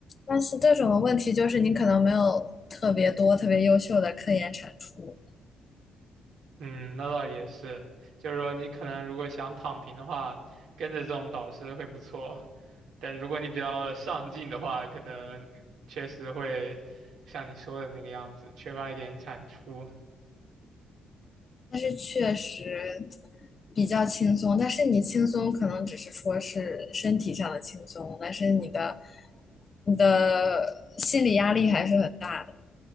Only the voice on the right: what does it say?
嗯，那倒也是，就是说你可能如果想躺平的话，跟着这种导师会不错。但是如果你比较上进的话，可能确实会像你说的那个样子，缺乏一点产出。